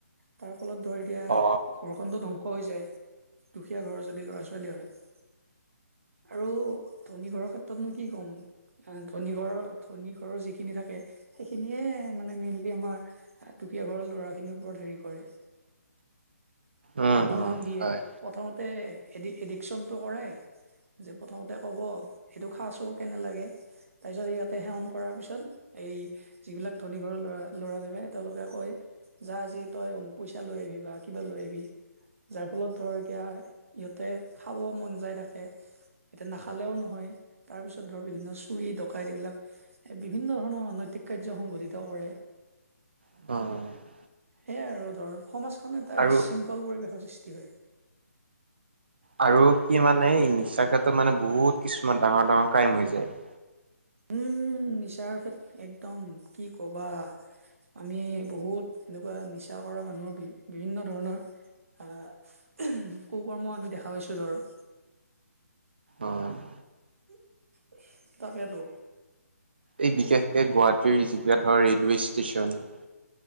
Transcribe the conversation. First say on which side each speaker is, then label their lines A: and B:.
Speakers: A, on the right; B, on the right.
A: তাৰ ফলত ধৰ এতিয়া
B: অ
A: ঘৰখনটো ধং <unintelligible> ধ্বংস হৈ যায়। দুখীয়া ঘৰৰ যদি ল'ৰা-ছোৱালী হয়। <unintelligible> আৰু ধনী ঘৰৰ ক্ষেত্ৰতনো কি ক'ম। <inaudible> আহ <unintelligible> ধনী ঘৰৰ, ধনী ঘৰৰ যিখিনি থাকে সেইখিনিয়ে মানে মেইনলি আমাৰ আহ দুখীয়া ঘৰৰ ল'ৰাখিনি ওপৰত হেৰি কৰে। <unintelligible>
B: উম
A: ডিমাণ্ড
B: উম
A: দিয়ে।
B: হয়
A: প্ৰথমতে এডি-এডিকশ্বণটো কৰাই <inaudible> যে প্ৰথমতে ক'ব এইটো খা চোন কেনে লাগে। <unintelligible> তাৰ পিছত সিহঁতে সেৱন কৰাৰ পিছত এই <unintelligible> যিবিলাক ধনী ঘৰৰ ল'ৰা-ল'ৰা থাকে তেওঁলোকে কয় <inaudible> যা আজি তই অমুক পইচা লৈ আহিবি বা কিবা লৈ আহিবি। <unintelligible> যাৰ ফলত ধৰ এতিয়া ইহঁতে খাব মন যায় থাকে। <unintelligible> এতিয়া নাখালেও নহয়। তাৰ পিছত ধৰ বিভিন্ন চুৰি, ডকাইত এইবিলাক <inaudible> এ <unintelligible> বিভিন্ন ধৰণৰ অনৈতিক কাৰ্য সংঘটিত কৰে।
B: অঁ।
A: সেয়াই আৰু ধৰ সমাজখন এটা
B: আৰু
A: বিশৃংখল পৰিৱেশৰ সৃষ্টি হয়। <inaudible>
B: আৰু কি মানে এই নিচাৰ ক্ষেত্ৰত মানে বহুত কিছুমান ডাঙৰ-ডাঙৰ ক্ৰাইম হৈ যায়। <inaudible>
A: উম! নিচাৰ ক্ষেত্ৰত একদম কি কবা। <unintelligible> আমি বহুত এনেকুৱা নিচা কৰা মানুহৰ <unintelligible> বি-বিভিন্ন ধৰণৰ আহ <unintelligible> কু-কৰ্ম আমি দেখা পাইছোঁ ধৰ।
B: অঁ <inaudible>
A: <unintelligible> তাকেতো।
B: এই বিশেষকে গুৱাহাটীৰ <unintelligible> ধৰ ৰেলৱেই ষ্টেচন। <inaudible>